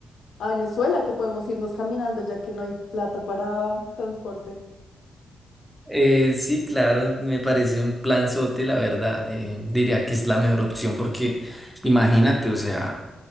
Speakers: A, on the left (about 65°); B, in the centre.
A: A Venezuela, que podemos irnos caminando ya que no hay plata para transporte.
B: Eh, sí, claro, me parece un plan planzote, la verdad. Eh, diría que es la mejor opción porque imagínate, o sea.